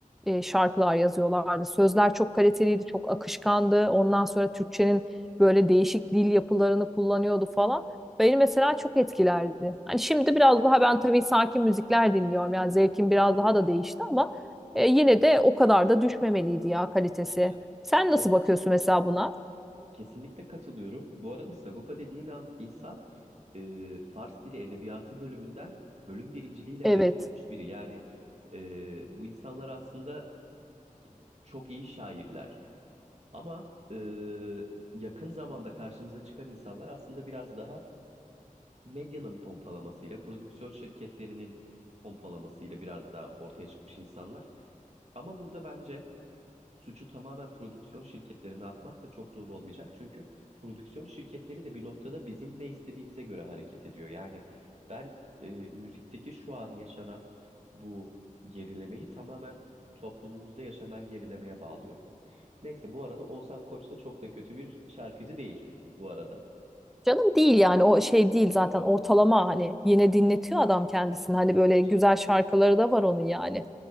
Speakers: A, in the centre; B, on the right (about 50°).
A: e, şarkılar yazıyorlardı. Sözler çok kaliteliydi, çok akışkandı. Ondan sonra Türkçenin böyle değişik dil yapılarını kullanıyordu falan. Beni mesela çok etkilerdi. Hani şimdi biraz daha ben tabii sakin müzikler dinliyorum. Yani zevkim biraz daha da değişti ama e, yine de o kadar da düşmemeliydi ya kalitesi.
B: Tabii canım.
A: Sen nasıl
B: Bu arada
A: bakıyorsun mesela buna?
B: kesinlikle katılıyorum. Bu arada Sagopa dediğin an, insan e, Fars Dili Edebiyatı bölümünden bölüm birinciliğiyle
A: Evet.
B: mezun olmuş biri. Yani e, bu insanlar aslında çok iyi şairler. Ama e, yakın zamanda karşımıza çıkan insanlar aslında biraz daha medyanın pompalamasıyla, prodüksiyon şirketlerinin pompalamasıyla biraz daha ortaya çıkmış insanlar. Ama burada bence suçu tamamen prodüksiyon şirketlerine atmak da çok doğru olmayacak. Çünkü prodüksiyon şirketleri de bir noktada bizim ne istediğimize göre hareket ediyor. Yani ben e, müzikteki şu an yaşanan bu gerilemeyi tamamen toplumumuzda yaşanan gerilemeye bağlıyorum. Neyse bu arada Oğuzhan Koç da çok da kötü bir şarkıcı değil bu arada.
A: Canım değil yani o şey değil zaten ortalama hani yine dinletiyor adam kendisini. Hani böyle
B: Tabii canım.
A: güzel şarkıları da var onun yani.